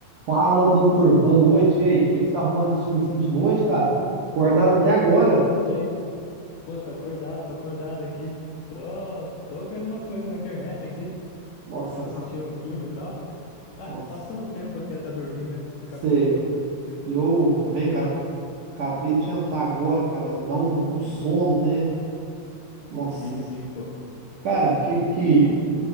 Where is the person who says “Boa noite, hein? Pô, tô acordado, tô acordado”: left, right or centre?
Left